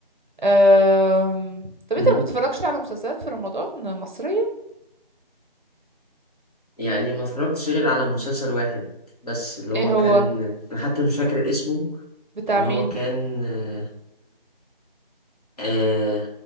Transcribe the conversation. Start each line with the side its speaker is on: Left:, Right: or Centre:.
Right: أم، طب انت
Left: مم.
Right: ما بتتفرجش على مسلسلات في رمضان مصرية
Left: يعني ما اتفرجتش غير على مسلسل واحد بس اللي
Right: ايه
Left: هو
Right: هو
Left: كان انا حتى مش فاكر اسمه
Right: بتاع
Left: اللي
Right: مين
Left: هو كان آه، آه،